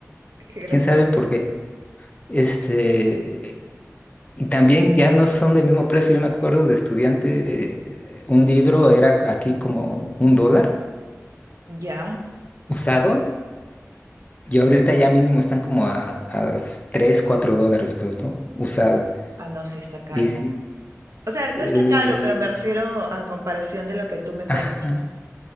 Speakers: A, on the right; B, on the left.
A: qué gracioso.
B: quién sabe por qué. Este, y también ya no son del mismo precio. Yo me acuerdo de estudiante, eh, un libro era aquí como un dólar
A: Ya.
B: usado, y ahorita ya mínimo están como a, a 3, 4 dólares, pues, ¿no? Usado.
A: Ah, no, sí, está caro.
B: Y sí.
A: O sea, no
B: eh,
A: está caro, pero me refiero a comparación de lo que tú me
B: ajá.
A: cuentas, ¿no?